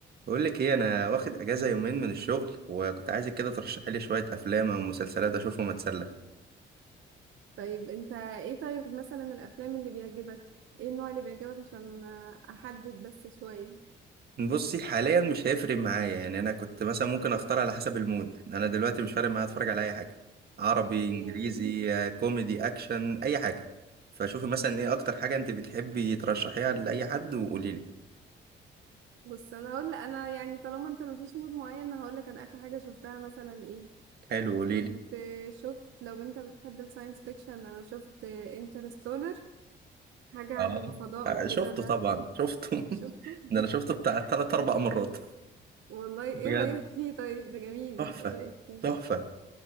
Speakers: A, on the right (about 50°); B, on the right (about 75°).
A: بقول لك ايه انا واخد اجازه يومين من الشغل وكنت عايزك كده ترشحي لي شويه افلام او مسلسلات اشوفهم اتسلى
B: طيب انت ايه طيب مثلا الافلام اللي بيعجبك ايه النوع اللي بيعجبك عشان احدد بس شوية
A: بصي حاليا مش هيفرق معايا يعني انا كنت مثلا ممكن اختار على حسب المود يعني انا دلوقتي مش فارق معايا اتفرج على اي حاجه عربي
B: <laughs> إيه.
A: انجليزي آه، كوميدي اكشن اي حاجه فشوفي مثلا ايه اكتر حاجه انت بتحبي ترشحيها لاي حد وقولي لي
B: بص انا هقول انا يعني طالما انت مفيش مود معين هقول لك انا اخر حاجة شفتها مثلا ايه
A: حلو قولي
B: كنت
A: لي
B: شفت لو انت بتحب الساينس فيكشن انا شفت انترستولر حاجة عن
A: اه
B: الفضاء
A: آه،
B: وكده
A: شفته
B: ده
A: طبعا شفته <laughs>
B: شفته
A: ده انا شفته بتاع تلات اربع مرات
B: <laughs> والله ايه
A: بجد
B: رأيك فيه طيب ده جميل
A: تحفه
B: ايه رأيك فيه
A: تحفه